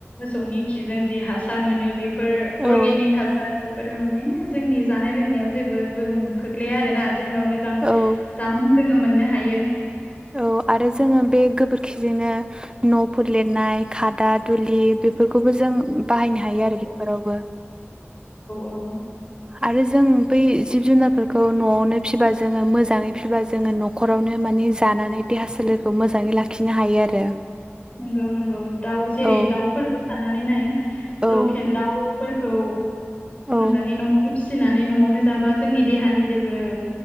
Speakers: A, on the left (about 30°); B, on the right (about 20°).
A: मोसौनि खिजों जि हासार मोनो बेफोर
B: औ
A: अर्गेनिक हासार बेफोरो माने जोंनि जानाय लोंनायाव जेबो गोहोम खोख्लैया आरोना जेनेबा मोजां
B: औ
A: जामुं जोङो मोननो हायो
B: औ आरो जोङो बे गोबोरखिजोंनो नफोर लिरनाय खादा दुलि बेफोरखौबो जों बाहायनो हायो
A: औ
B: आरो बेफोरावबो
A: औ
B: आरो जों बै जिब जुनारफोरखौ नआवनो फिबा जोङो मोजाङै फिबा जोङो नखरावनो मानि जानानै देहा सोलेरखौ मोजाङै लाखिनो हायो आरो
A: नंगौ नंगौ दाउ जेरै
B: औ
A: दाउफोरखौ साननानै नाय
B: औ
A: लकेल दाउ फोरखौ
B: औ
A: मोजाङै न आवनो फि फिसिनानै नआवनो जाबा जोंनि देहानि जेबो